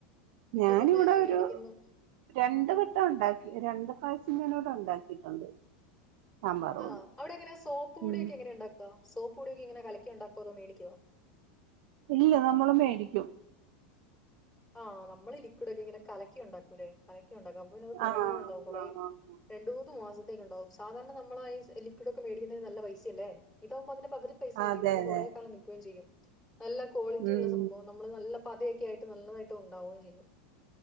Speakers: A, on the left; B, on the right.
A: ഇപ്പൊ
B: ഞാനിവിടെ
A: പിന്നെ
B: ഒരു
A: എടിക്കുന്നു
B: രണ്ട് വട്ടം ഉണ്ടാക്കി രണ്ട് പായസം ഞാൻ ഇവിടെ ഉണ്ടാക്കിയിട്ടുണ്ട് സാമ്പാർ
A: ആഹ്
B: പൊടി
A: അവിടെ എങ്ങനെ സോപ്പ് പൊടിയൊക്കെ
B: ഉം
A: എങ്ങനാ ഇണ്ടാക്ക സോപ്പ് പൊടിയൊക്കെ ഇങ്ങനെ കലക്കി ഉണ്ടാക്കോ മേടിക്കോ
B: ഇല്ല നമ്മള് മേടിക്കും
A: ആഹ് നമ്മള് ലിക്വിഡ് ഒക്കെ ഇങ്ങനെ കലക്കി ഉണ്ടാക്കൂല്ലേ കലക്കി ഉണ്ടാക്കും അപ്പ പിന്നെ കുറേ
B: ആഹ്
A: ഇണ്ടാവും കുറേ
B: ആഹ് ആഹ്
A: രണ്ടു മൂന്ന് മാസത്തേക്ക് ഇണ്ടാവും സാധാരണ നമ്മളാ ആ ലിക്വിഡ് ഒക്കെ മേടിക്കുന്നതിന് നല്ല പൈസ അല്ലേ ഇതാവുമ്പോ അതിന്റെ പകു പൈസ മതി
B: അതെ
A: നല്ല
B: അതെ
A: കുറേ കാലം നിക്കുകയും ചെയ്യും നല്ല ക്വാളിറ്റി
B: ഉം
A: ഉള്ള സംഭവം നമ്മള് നല്ല പതയൊക്കെ ആയി നല്ലതായിട്ട് ഉണ്ടാവുകയും ചെയ്യും